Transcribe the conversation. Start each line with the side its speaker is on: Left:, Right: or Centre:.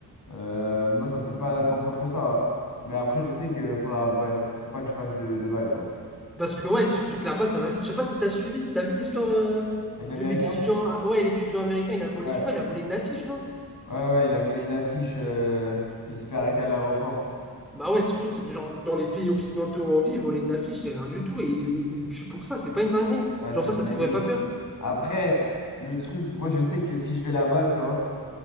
Left: Euh, moi, ça me fait pas tant peur que ça. Mais après, je sais que faudra, ouais, faut pas que je fasse de, de vagues, quoi.
Centre: Parce que ouais, surtout que là-bas, ça va vite. Je sais pas si t'as suivi. T'as vu l'histoire euh,
Left: Avec l'Américain?
Centre: de l'étudiant. ah, Ouais, l'étudiant américain, il a volé,
Left: Ouais.
Centre: je crois, il a volé une affiche, non?
Left: Ouais, ouais, ouais, il a volé une affiche, euh, il s'est fait arrêter à l'aéroport.
Centre: Bah ouais, surtout que genre dans les pays occidentaux où on vit, voler une affiche, c'est rien du tout. Et il, il tue pour ça, c'est pas une dinguerie.
Left: Ouais,
Centre: Genre
Left: c'est
Centre: ça,
Left: une
Centre: ça
Left: dinguerie.
Centre: te ferait pas peur.
Left: Après, le truc, moi, je sais que si je vais là-bas, tu vois.